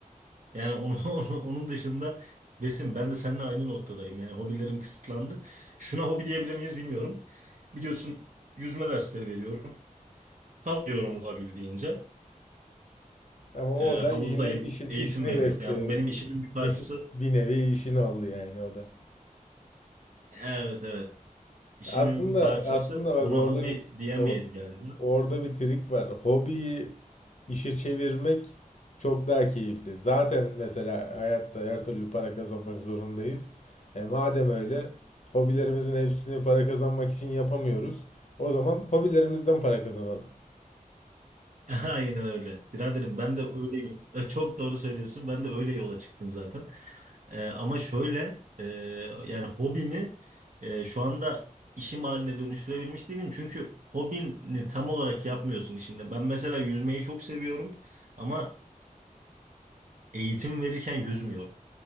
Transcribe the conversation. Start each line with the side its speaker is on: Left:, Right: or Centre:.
Right: Yani onu, <laughs> onu- onun dışında Besim ben de seninle aynı noktadayım. Yani hobilerim kısıtlandı. Şuna hobi diyebilir miyiz bilmiyorum. Biliyorsun yüzme dersleri veriyorum. Hav diyorum olabildiğince.
Left: Ama
Right: E,
Left: o da
Right: havuzdayım,
Left: yine işin,
Right: eğitim
Left: işini
Right: veriyorum.
Left: besliyor.
Right: Yani bu
Left: <laughs>
Right: benim işimin bir
Left: Bir,
Right: parçası.
Left: bir nevi işin oldu yani o da.
Right: Evet evet. İşimin
Left: Aslında
Right: bir parçası.
Left: aslında
Right: Ona
Left: bak orada
Right: hobi
Left: bir
Right: diyemeyiz
Left: o-
Right: galiba.
Left: orada bir trik var. Hobiyi işe çevirmek çok daha keyifli. Zaten mesela hayatta her türlü para kazanmak zorundayız. E madem öyle hobilerimizin hepsini para kazanmak için yapamıyoruz. O zaman hobilerimizden para kazanalım.
Right: <laughs> Aynen öyle. Biraderim ben de öyle <laughs> çok doğru söylüyorsun. Ben de öyle yola çıktım zaten. E, ama şöyle e, yani hobimi e, şu anda işim haline dönüştürebilmiş değilim. Çünkü hobini tam olarak yapmıyorsun işinde. Ben mesela yüzmeyi çok seviyorum ama eğitim verirken yüzmüyorum.